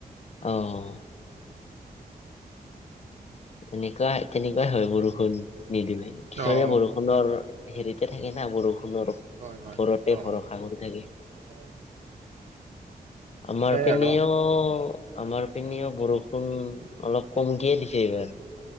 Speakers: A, on the left; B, on the right.
A: অঁ। এনেকুৱাই তেনেকুৱাই হয় বৰষুণ নিদিলে কিছুমানে
B: অ অ'
A: বৰষুণ ষুণৰ হেৰিতে থাকে না বৰষুণৰ ওপৰতে
B: হয় হয় অ
A: ভৰসা
B: অ
A: কৰি থাকে।
B: অ সেনেকাই
A: আমাৰ পেনিও
B: আৰু
A: আমাৰ পিনেও বৰষুণ অলপ কমকেই দি এইবাৰ।